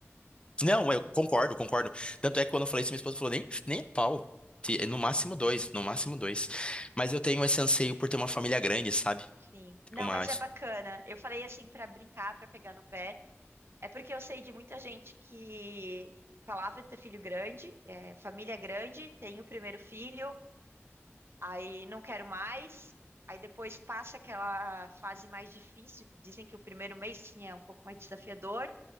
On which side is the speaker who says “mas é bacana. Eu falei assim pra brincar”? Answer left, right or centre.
Right